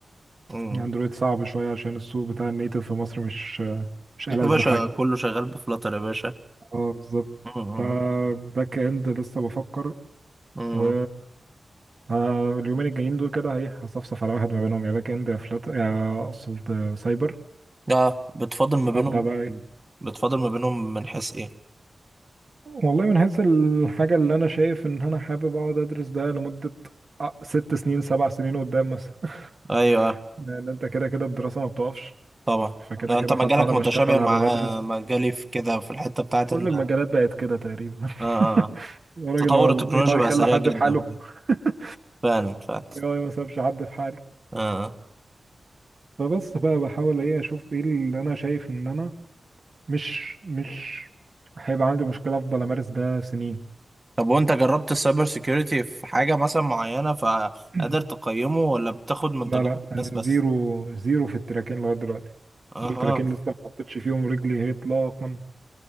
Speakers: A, on the right; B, on the right.
A: مم.
B: الاندرويد صعب شوية عشان السوق بتاع النيتف في مصر مش آه، مش ألذ
A: يا باشا
B: حاجة
A: كله شغال بفلاتر يا باشا
B: اه بالظبط
A: مم.
B: فباك اند لسه بفكر
A: مم.
B: و ه- اليومين الجايين دول كده ايه هصفصف على واحد ما بينهم يا باك اند يا فلات يا اقصد سايبر
A: اه بتفاضل ما بينهم
B: ابدا بقى ايه
A: بتفاضل ما بينهم من حيث ايه
B: والله من حيث الحاجه اللي انا شايف ان انا حابب اقعد ادرس ده لمده أ- ست سنين سبع سنين قدام مثلا
A: ايوه
B: <laughs> لان انت كده كده الدراسه ما بتقفش
A: طبعا
B: فكده
A: آه،
B: كده
A: انت مجالك
B: حتى وانا
A: متشابه
B: بشتغل
A: مع
B: هبقى بدرس
A: آه، مجالي في كده في الحته بتاعت
B: كل
A: ان
B: المجالات
A: آه،
B: بقت كده تقريبا
A: آه،
B: <laughs>
A: آه.
B: يا راجل
A: تطور
B: هو الاي
A: التكنولوجيا
B: اي
A: بقى
B: خلى
A: سريع
B: حد
A: جدا
B: في حاله <laughs>
A: فعلا فعلا
B: الاي اي ما سابش حد في حاله
A: آه. آه.
B: فبس بقى بحاول ايه اشوف ايه اللي انا شايف ان انا مش مش هيبقى عندي مشكلة افضل امارس ده سنين
A: طب وانت جربت السايبر سيكيورتي في حاجه مثلا معينه فقادر
B: <clears throat>
A: تقيمه ولا بتاخد من
B: لا
A: تجارب
B: لا
A: الناس
B: انا
A: بس
B: زيرو زيرو في التراكين لغاية دلوقتي
A: اها
B: دول تراكين لسه ما حطيتش فيهم رجلي هي اطلاقا